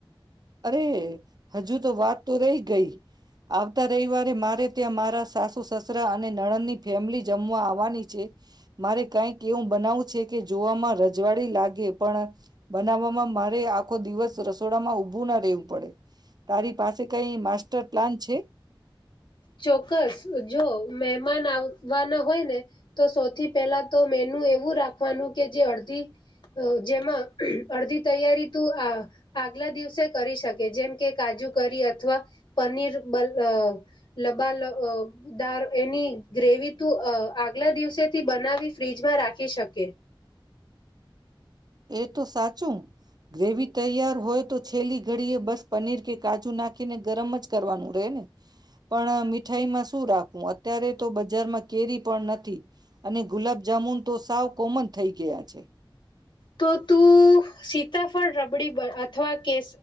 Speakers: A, on the right; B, on the left.
A: અરે હજુ તો વાત તો રહી ગઈ આવતા રવિવારે મારે ત્યાં મારા સાસુ સસરા અને નણંદની ફેમિલી જમવા આવવાની છે મારે કંઈક એવું બનાવવું છે કે જોવામાં રજવાડી લાગે પણ બનાવવામાં મારે આ આખો દિવસ રસોડા માં ઉ પૂર્ણ રેેવ પડે તારી પાસે કઈ માસ્ટર પ્લાન છે?
B: ચોક્કસ જો મહેમાન આવવાના હોય ને તો સૌથી પહેલા તો મેનુ એવું રાખવાનું કે જે અડધી જેમાં અડધી તૈયારી તું આ આગલા દિવસે કરી શકે જેમ કે કાજુ કરી અથવા પનીર અ લબાદાર એની ગ્રેવી તું આગલા દિવસેથી બનાવી ફ્રીજમાં રાખી શકે
A: એ તો સાચું ગ્રેવી તૈયાર હોય છેલ્લી ઘડી એ બસ પનીર કે કાજુ નાખી ને ગરમ જ કરવાનું રહે ને પણ મીઠાઈમાં શું રાખવું, અત્યારે તો બજારમાં કેરી પણ નથી અને ગુલાબજામુન તો સાવ કોમન થઇ ગયા છે
B: તો તું સીતાફળ રબડી બન અથવા કે